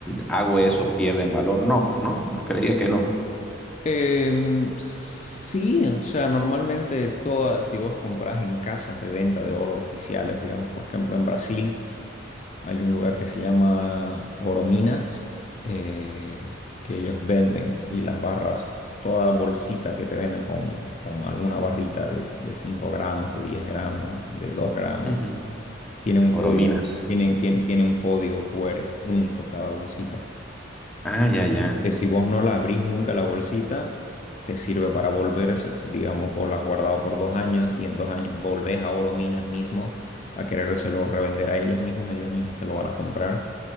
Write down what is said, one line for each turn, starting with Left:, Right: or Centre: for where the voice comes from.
Centre: hago eso pierden valor. No, pues no, creería que no.
Left: Em, sí, o sea, normalmente todas, si vos comprás en casas de venta de oro oficiales, digamos, por ejemplo, en Brasil hay un lugar que se llama Orominas, eh, que ellos venden y las barras, toda bolsita que te venden con, con alguna barrita de, de 5 gramos, de 10 gramos, de dos gramos,
Centre: Ujú.
Left: tiene un
Centre: Orominas.
Left: código, tiene, tiene, tiene un código QR único cada bolsita
Centre: Ah, ya, ya.
Left: que si vos no la abrís nunca la bolsita, te sirve para volver, es- digamos, por las guardado por dos años y en dos años volvés a Oro Minas mismo a querérselo revender a ellos mismos, ellos mismos te lo van a comprar